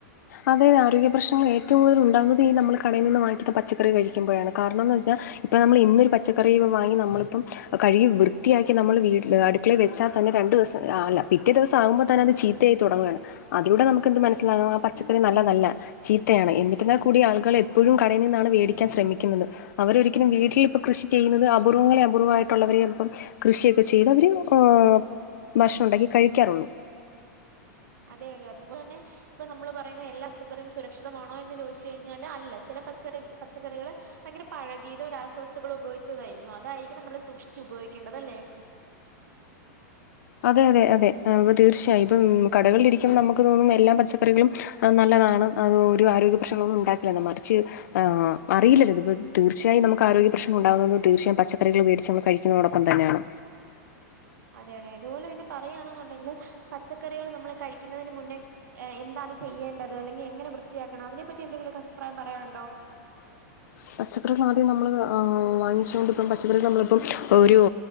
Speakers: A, on the left; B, on the right.
A: അതായത് ആരോഗ്യ പ്രശ്നങ്ങള് ഏറ്റവും കൂടുതൽ ഉണ്ടകുന്നുന്നത് നമ്മള് കടയിൽ നിന്ന് വാങ്ങുന്ന പച്ചക്കറി കഴിക്കുമ്പോഴാണ് കാരണം എന്ന് വെച്ച ഇപ്പൊ നമ്മൾ ഇന്നൊരു പച്ചക്കറി വാങ്ങി നമ്മളിപ്പം കഴുകി വൃത്തിയാക്കി നമ്മള് വീട്ല് അടുക്കളെ വെച്ചാൽ തന്നെ രണ്ടു ദിവസംല്ല പിറ്റേ ദിവസം ആകുമ്പോൾ തന്നെ അത് ചീത്ത തയായി തുടങ്ങുകയാണ് അതിലൂടെ നമുക്ക് എന്ത് മനസ്സിലാക പച്ചക്കറി നല്ല തല്ല ചീത്തയാണ് എന്നിരുന്നാൽ കൂടി ആളുകൾ എപ്പോഴും കടയിൽ നിന്നാണ് വേടിക്കാൻ ശ്രമിക്കുന്നത്. അവരൊരിക്കലും വീട്ടിലിപ്പ കൃഷി ചെയ്യുന്നത് അപൂർവ്വങ്ങളെ അപൂർവ്വമായിട്ടുള്ളവരെ കൃഷിയൊക്കെ ചെയ്ത് അവര് ആഹ് ഭക്ഷണം ഉണ്ടാക്കി കഴിക്കാറുള്ളൂ.
B: അതെ അതെ അതുപോലെ തന്നെ ഇപ്പൊ നമ്മള് പറയുന്ന എല്ലാ പച്ചക്കറിയും സുരക്ഷിതമാണോ എന്ന് ചോദിച്ചു കഴിഞ്ഞാല് അല്ല ചില പച്ചറി പച്ചക്കറികള് ഭയങ്കര പഴകീതോ രാസവസ്തുക്കളോ ഉപയോഗിച്ചതായിരിക്കും അതായിരിക്കണം നമ്മള് സൂക്ഷിച്ച് ഉപയോഗിക്കേണ്ടതല്ലേ.
A: അതെ അതെ അതെ അ തീർച്ചയായുംപ്പം കടകളിലിരിക്കുമ്പോ നമുക്ക് തോന്നും എല്ലാ പച്ചക്കറികളും നല്ലതാണ് അത് ഒര് ആരോഗ്യ പ്രശ്നങ്ങളൊന്നും ഉണ്ടാക്കില്ല മറിച്ച് ആഹ് അറിയില്ല ഇപ്പൊ തീർച്ചായായി നമുക്ക് ആരോഗ്യ പ്രശ്നങ്ങളുണ്ടാകുന്നത് തീർച്ചയായും പച്ചക്കറികൾമേടിച്ച് നമ്മ കഴിക്കും തിനോടൊപ്പം തന്നെയാണ്
B: അതെ അതെ അതുപോലെ പിന്നെ പറയുകയാണെന്നുണ്ടെങ്കിൽ പച്ചക്കറികൾ നമ്മൾ കഴിക്കുന്നതിന് മുന്നേ എന്താണ് ചെയ്യേണ്ടത് അല്ലെങ്കിൽ എങ്ങനെ വൃത്തിയാക്കണം അതിനെപ്പറ്റി എന്തെങ്കിലൊക്ക അഭിപ്രായം പറയാനുണ്ടോ?
A: പച്ചക്കറികൾ ആദ്യം നമ്മൾ വാങ്ങിച്ചൊണ്ട്പ്പം പച്ചക്കറിൾ നമ്മളിപ്പം ഒരു